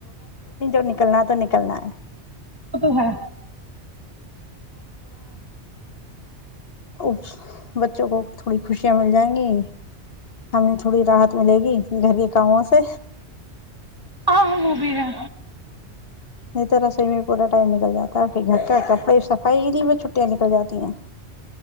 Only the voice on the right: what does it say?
وہ تو ہے
ہاں ہاں وہ بھی ہے